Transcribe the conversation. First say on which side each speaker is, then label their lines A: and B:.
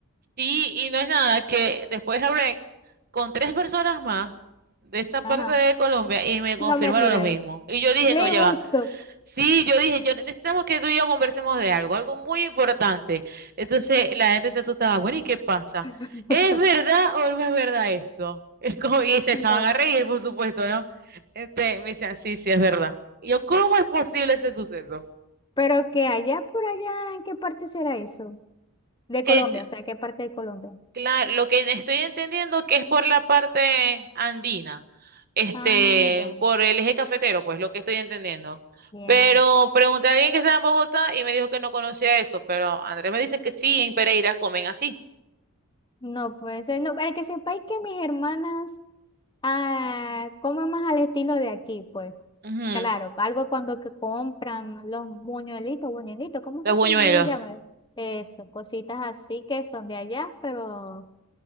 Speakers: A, on the right; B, on the left.
A: Y, y no es nada, que después hablé con tres personas más de esa parte
B: Ajá.
A: de Colombia y me confirmaron
B: No me digas.
A: lo mismo. Y yo dije,
B: Le
A: no, ya
B: gustó.
A: va. Sí, yo dije, yo necesitamos que tú y yo conversemos de algo, algo muy importante. Entonces la gente se asustaba, bueno, ¿y qué pasa?
B: <laughs>
A: ¿Es verdad o no es verdad esto? <laughs> Es como, y se
B: No.
A: echaban a reír, por supuesto, ¿no? Este, me decían, sí, sí, es verdad. Y yo, ¿cómo es posible ese suceso?
B: Pero que allá por allá, ¿en qué parte será eso? De
A: Que
B: Colombia,
A: yo-
B: o sea, ¿qué parte de Colombia?
A: Claro, lo que estoy entendiendo que es por la parte andina, este,
B: Ah, ya,
A: por el eje cafetero, pues lo que estoy entendiendo.
B: ya.
A: Pero pregunté a alguien que estaba en Bogotá y me dijo que no conocía eso, pero Andrés me dice que sí, en Pereira comen así.
B: No puede ser. No, para que sepáis que mis hermanas ah, comen más al estilo de aquí, pues.
A: Ujú,
B: Claro, algo cuando que compran los buñuelitos, buñuelitos, ¿cómo
A: Los
B: que se
A: buñuelos,
B: les llama? Eso, cositas así que son de allá, pero